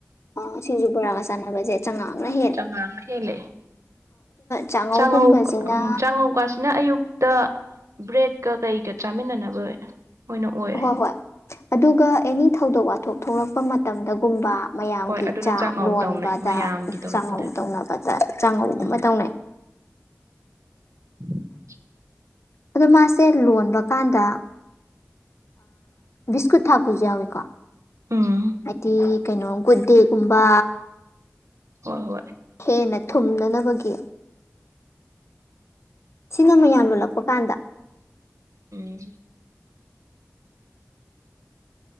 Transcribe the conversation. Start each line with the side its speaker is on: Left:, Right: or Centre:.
Left: ꯑꯣ ꯁꯤꯡꯖꯨ ꯕꯣꯔꯥꯒ ꯁꯆꯟꯅꯕꯁꯦ ꯆꯉꯝꯅ ꯍꯦꯜ
Right: ꯆꯥꯉꯥ ꯅ ꯍꯦꯜꯂꯛꯑꯦ
Left: ꯆꯥꯉꯧꯒꯨꯝꯕꯁꯤꯅ
Right: ꯆꯉꯧ ꯎꯝ ꯆꯉꯧꯀꯁꯤꯅ ꯑꯌꯨꯛ ꯇ ꯕ꯭ꯔꯦꯗꯀ ꯀꯩꯒ ꯆꯥꯃꯤꯟꯅꯅꯕ ꯑꯣꯏꯅ ꯑꯣꯏꯔꯦ
Left: ꯍꯣꯏ ꯍꯣꯏ ꯑꯗꯨꯒ ꯑꯦꯅꯤ ꯊꯧꯗꯣꯛ ꯋꯥꯊ ꯊꯣꯛ ꯊꯣꯛꯂꯛꯄ ꯃꯇꯝꯗꯒꯨꯝꯕ ꯃꯌꯥꯝꯒꯤ
Right: ꯍꯣꯏ ꯑꯗꯨꯅ
Left: ꯆꯥ
Right: ꯆꯥꯉꯧ
Left: ꯂꯣꯟꯕꯗ
Right: ꯇꯧꯅꯩ ꯃꯌꯥꯝꯒꯤ ꯇꯧꯔꯛꯄꯗꯗꯤ
Left: ꯆꯥꯛꯉꯧ ꯇꯧꯅꯕ ꯆꯥꯉꯧ
Right: ꯎꯝ
Left: ꯒꯨꯝꯕ ꯇꯧꯅꯩ
Right: <unintelligible>
Left: ꯑꯗꯣ ꯃꯥꯁꯦ ꯂꯣꯟꯕ ꯀꯥꯟꯗ ꯕꯤꯁꯀꯨꯠ ꯊꯥꯛꯄꯁꯨ ꯌꯥꯎꯋꯀꯣ
Right: ꯎꯝ
Left: ꯍꯥꯏꯗꯤ ꯀꯩꯅꯣ ꯒꯨꯗ ꯗꯦꯒꯨꯝꯕ
Right: ꯍꯣꯏ ꯍꯣꯏ
Left: ꯍꯦꯟꯅ ꯊꯨꯝꯅꯅꯕꯒꯤ ꯁꯤꯅ ꯃ ꯌꯥꯝ ꯂꯣꯜꯂꯛꯄ ꯀꯥꯟꯗ
Right: ꯎꯝ